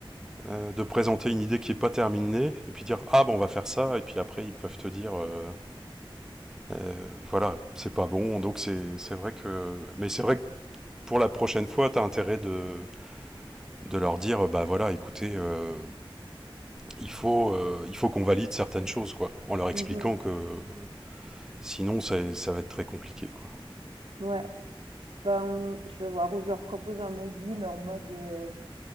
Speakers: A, in the centre; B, on the right.
A: euh, de présenter une idée qui est pas terminée et puis dire ah ben on va faire ça et puis après ils peuvent te dire euh, Euh, voilà, c'est pas bon. Donc c'est vrai que. Mais c'est vrai que pour la prochaine fois, t'as intérêt de, de leur dire bah voilà, écoutez, euh, il faut, euh, il faut qu'on valide certaines choses, quoi.
B: <laughs>
A: En leur expliquant
B: Mhm.
A: que euh, sinon, ça, ça va être très compliqué, quoi.
B: Ouais. Ben, je vais voir où je leur propose un module en mode. euh,